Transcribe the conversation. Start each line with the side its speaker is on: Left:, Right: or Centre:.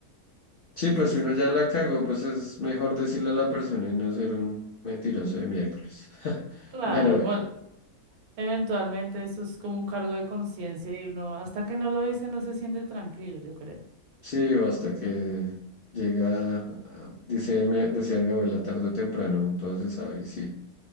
Right: Sí,
Left: Sí, pues
Right: sí,
Left: si
Right: sí.
Left: uno ya la cagó, pues es mejor decirle a la persona y no ser un mentiroso de miércoles. <laughs>
Right: Claro,
Left: Bueno,
Right: igual.
Left: bueno.
Right: Eventualmente eso es como un cargo de conciencia y uno, hasta que no lo dice, no se siente tranquilo, yo creo.
Left: Sí, o hasta que llega, a- a- dice, mi- decía mi abuela, tarde o temprano, entonces, ¿sabes? Sí.